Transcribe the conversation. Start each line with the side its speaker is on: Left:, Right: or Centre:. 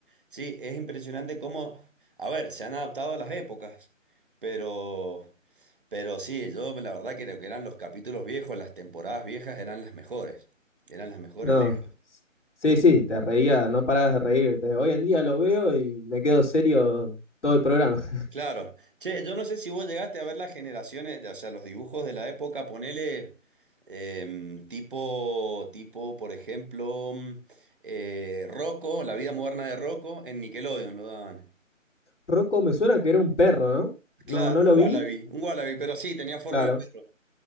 Right: Sí, es impresionante cómo, a ver, se han adaptado a las épocas, pero, pero sí, yo la verdad creo que eran los capítulos viejos, las temporadas viejas eran las mejores, eran las mejores
Left: No.
Right: lejos.
Left: Sí, sí, te reías, no parabas de reírte. Hoy en día lo veo y me quedo serio todo el programa. <laughs>
Right: Claro. Che, yo no sé si vos llegaste a ver las generaciones, o sea, los dibujos de la época, ponele em, tipo, tipo, por ejemplo, mm, eh, Rocco, La vida moderna de Rocco, en Nickelodeon lo daban.
Left: Rocco me suena que era un perro, ¿no?
Right: Claro,
Left: No, no
Right: un
Left: lo
Right: Wallaby,
Left: vi.
Right: un Wallaby, pero sí, tenía forma
Left: Claro,
Right: de perro.